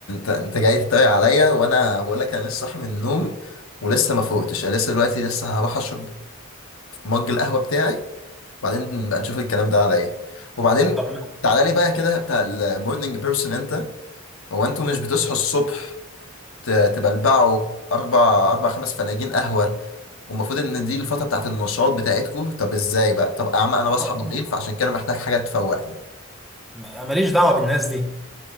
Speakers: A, on the left; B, in the centre.
A: انت انت جاي تتريق عليا وانا بقول لك انا لسه صاحي من النوم ولسه ما فوقتش أنا لسه دلوقتي لسه هروح اشرب مج القهوه بتاعي وبعدين نبقى نشوف الكلام ده على ايه وبعدين
B: طب
A: تعالى لي بقى كده بتاع المورنينج بيرسون انت هو انتوا مش بتصحوا الصبح ت- تبلبعوا اربع اربع خمس فناجين قهوه والمفروض ان دي الفتره بتاعت النشاط بتاعتكم طب ازاي بقى طب يا عم انا بصحى
B: هم
A: بالليل فعشان كده محتاج حاجه تفوقني
B: ماليش دعوه بالناس دي